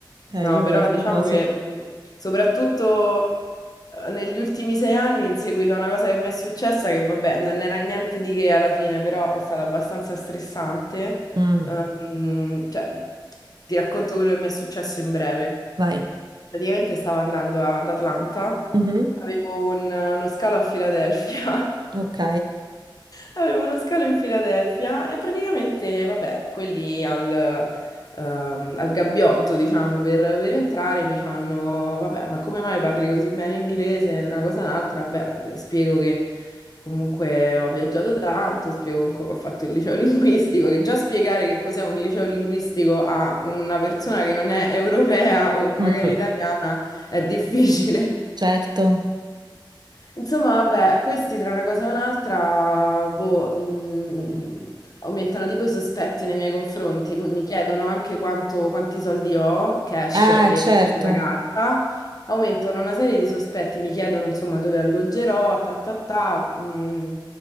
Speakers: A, on the right; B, on the left.
A: eh,
B: No,
A: io
B: però
A: qualcuno
B: diciamo
A: sì.
B: che mh, soprattutto eh, negli ultimi sei anni, in seguito a una cosa che mi è successa, che vabbè, non era niente di che alla fine, però è stata abbastanza stressante.
A: Mm,
B: Ehm, cioè, ti racconto quello che mi è successo in breve.
A: vai.
B: Praticamente stavo andando ad Atlanta,
A: Mhm,
B: avevo un- uno scalo a Filadelfia
A: Ok.
B: Avevo uno scalo in Filadelfia e praticamente, vabbè, quelli al, ehm, al gabbiotto, diciamo, per, per entrare mi fanno, vabbè, ma come mai parli così bene inglese? Tra una cosa e un'altra, vabbè, d- spiego che comunque ho viaggiato tanto, spiego comunque che ho fatto il liceo <laughs> linguistico, che già spiegare che cos'è un liceo linguistico a una persona che non è europea o magari
A: Mm,
B: italiana è difficile.
A: certo.
B: Insomma, vabbè, questi tra una cosa e un'altra, boh, mh, aumentano tipo i sospetti nei miei confronti. Mi chiedono anche quanto- quanti soldi ho, cash
A: Ah,
B: e
A: certo.
B: la carta. Aumentano una serie di sospetti, mi chiedono insomma dove alloggerò, ta ta ta. mh.